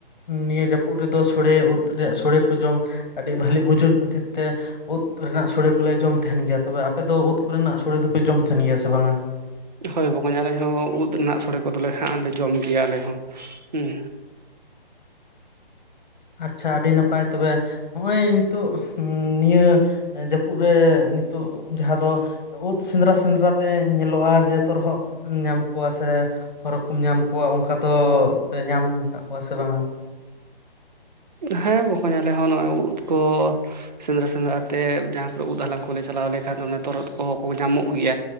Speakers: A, on the left; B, on the right.
A: ᱱᱤᱭᱟᱹ ᱡᱟᱹᱯᱩᱫ ᱨᱮᱫᱚ ᱥᱚᱲᱮ ᱩᱫ ᱨᱮᱭᱟᱜ ᱥᱚᱲᱮ ᱠᱚ ᱡᱚᱢ᱾ ᱟᱹᱰᱤ ᱵᱷᱟᱞᱤ ᱵᱩᱡᱩᱜ ᱠᱷᱟᱹᱛᱤᱨ ᱛᱮ ᱩᱫ ᱨᱮᱱᱟᱜ ᱥᱳᱲᱮ ᱠᱚᱞᱮ ᱡᱚᱢ ᱛᱟᱦᱮᱱ ᱜᱮᱭᱟ ᱛᱚᱵᱮ ᱟᱯᱮᱫᱚ ᱩᱫ ᱠᱚᱨᱮᱱᱟᱜ ᱥᱳᱲᱮ ᱫᱚᱯᱮ ᱡᱚᱢ ᱛᱟᱦᱮᱱ ᱜᱮᱭᱟ ᱥᱮ ᱵᱟᱝᱟ?
B: ᱦᱳᱭ ᱵᱚᱜᱚᱧ ᱟᱞᱮ ᱦᱚᱸ ᱩᱫ ᱨᱮᱱᱟᱜ ᱥᱳᱲᱮ ᱠᱚᱫᱚᱞᱮ ᱦᱟᱸᱜ ᱞᱮ ᱡᱚᱢ ᱜᱮᱭᱟ ᱟᱞᱮ ᱦᱚᱸ ᱦᱮᱸ
A: ᱟᱪᱪᱷᱟ ᱟᱹᱰᱤ ᱱᱟᱯᱟᱭ ᱛᱚᱵᱮ ᱦᱚᱜᱼᱚᱭ ᱱᱤᱛᱚᱜ ᱱᱤᱭᱟᱹ ᱡᱟᱹᱯᱩᱫ ᱨᱮ ᱱᱤᱛᱚᱜ ᱡᱟᱦᱟᱸ ᱫᱚ ᱩᱫ ᱥᱮᱸᱫᱽᱨᱟ ᱥᱮᱸᱫᱽᱨᱟ ᱛᱮ ᱧᱮᱞᱚᱜᱼᱟ ᱡᱮ ᱛᱚᱨᱦᱚᱫ ᱧᱟᱢ ᱠᱚᱣᱟ ᱥᱮ ᱦᱚᱨᱚᱢ ᱧᱟᱢ ᱠᱚᱣᱟ ᱚᱱᱠᱟ ᱫᱚ ᱯᱮ ᱧᱟᱢ ᱟᱠᱟᱫ ᱠᱚᱣᱟ ᱥᱮ ᱵᱟᱝᱟ
B: ᱦᱮᱸ ᱵᱚᱠᱚᱧ ᱞᱮ ᱦᱚᱸ ᱱᱚᱜᱚᱭ ᱩᱫ ᱠᱚ ᱥᱮᱸᱫᱽᱨᱟ ᱥᱮᱸᱫᱽᱨᱟ ᱛᱮ ᱡᱟᱦᱟᱸ ᱠᱚᱨᱮ ᱩᱫ ᱦᱟᱞᱟᱝ ᱠᱚᱞᱮ ᱪᱟᱞᱟᱣ ᱞᱮᱠᱷᱟᱱ ᱫᱚ ᱛᱚᱨᱦᱚᱫ ᱠᱚ ᱧᱟᱢᱚᱜ ᱜᱮᱭᱟ